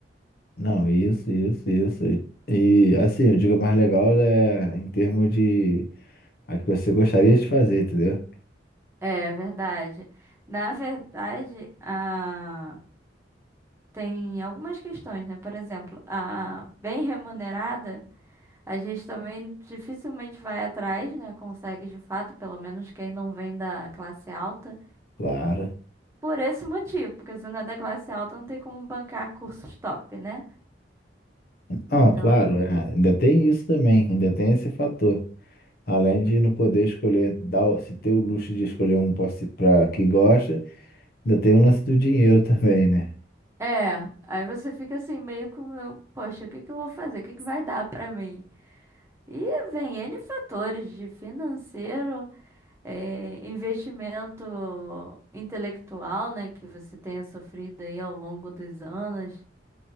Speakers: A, on the left (about 55°); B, on the right (about 15°).
A: Não, isso, isso, isso. E e, assim, eu digo a mais legal é em termos de a que você gostaria de fazer, entendeu?
B: É verdade. Na verdade, a tem algumas questões, né? Por exemplo, a bem remunerada, a gente também dificilmente vai atrás, né? Consegue de fato, pelo menos quem não vem da classe alta,
A: Claro.
B: por esse motivo, porque se não é da classe alta, não tem como bancar cursos top, né?
A: Ah,
B: Então,
A: claro, é. Ainda tem isso também, ainda tem esse fator. Além de não poder escolher, dar, o- se ter o luxo de escolher um para que gosta, ainda tem o lance do dinheiro <laughs> também, né?
B: é, aí você fica assim, meio com, poxa, o que que eu vou fazer? O que que vai dar pra mim? E vem N fatores de financeiro é, investimento intelectual, né, que você tenha sofrido aí ao longo dos anos,